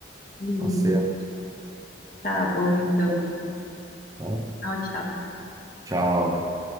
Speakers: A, on the left (about 50°); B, on the right (about 20°).
A: Uhum.
B: Tá certo.
A: Tá bom, então.
B: tá?
A: Tchau, tchau.
B: Tchau.